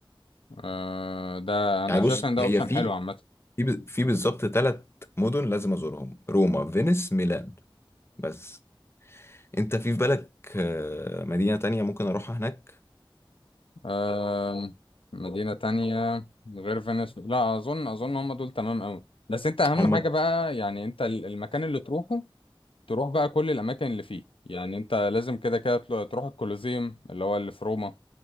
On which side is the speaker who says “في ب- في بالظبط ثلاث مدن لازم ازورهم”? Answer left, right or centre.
Left